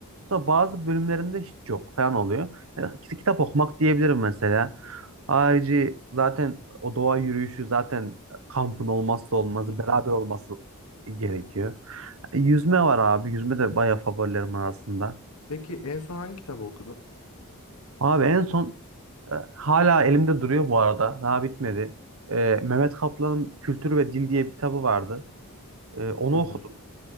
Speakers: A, on the right; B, on the left.
A: Sonra bazı bölümlerinde hiç yok falan oluyor. Yani kit- kitap okumak diyebilirim mesela. Harici zaten o doğa yürüyüşü zaten kampın olmazsa olmazı,
B: Hı hı.
A: beraber olması gerekiyor. Yüzme var abi. Yüzme de bayağı favorilerim arasında.
B: Peki en son hangi kitabı okudun?
A: Abi en son E, Hala elimde duruyor bu arada. Daha bitmedi. E, Mehmet Kaplan'ın Kültür ve Dil diye bir kitabı vardı. E, onu
B: Hı hı.
A: okudum.